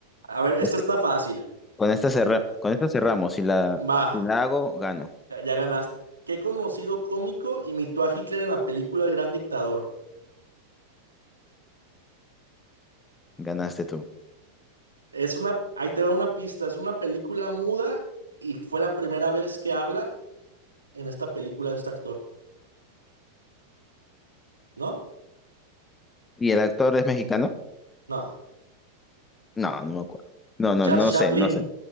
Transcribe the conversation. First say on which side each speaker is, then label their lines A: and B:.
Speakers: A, on the right (about 80°); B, on the left (about 15°).
A: A ver, esto
B: Este,
A: está fácil.
B: con esta cerra- con esta cerramos. Si la,
A: Va.
B: si la hago, gano.
A: Ya, ya ganaste. ¿Qué conocido cómico imitó a Hitler en la película El Gran Dictador?
B: Ganaste tú.
A: Es una, ahí te va una pista, es una película muda y fue la primera vez que habla en esta película de este actor, ¿no?
B: ¿Y el actor es mexicano?
A: No,
B: No, no me acuerdo. No, no,
A: Charles
B: no
A: Chaplin,
B: sé, no sé.